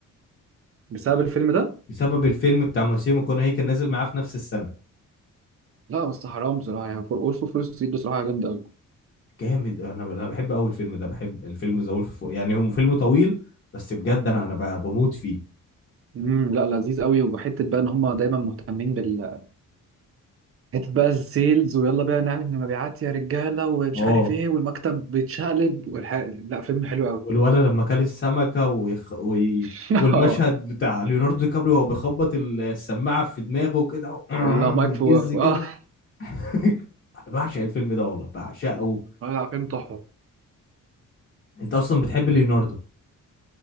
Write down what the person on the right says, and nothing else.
بسبب الفيلم ده
لا بس حرام بصراحه يعني فور اول فور ستريت بصراحه جامد قوي
امم لا لذيذ قوي وحته بقى ان هم دايما مهتمين بال حته بقى السيلز ويلا بقى نعمل مبيعات يا رجاله ومش
عارف ايه والمكتب بيتشقلب والح... لا فيلم حلو قوي
<laughs>
اه
لا مايك
فوف
اه <laughs>
آه، لا فيلم تحفه